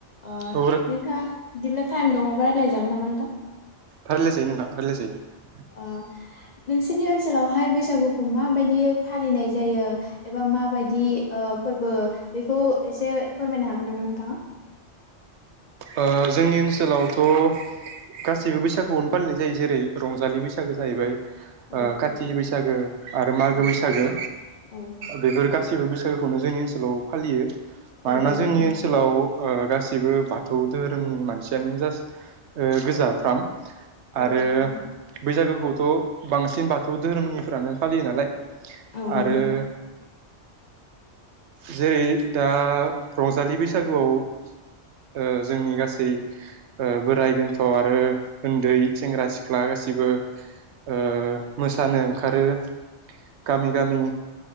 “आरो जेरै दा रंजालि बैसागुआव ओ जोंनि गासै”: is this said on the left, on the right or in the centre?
Right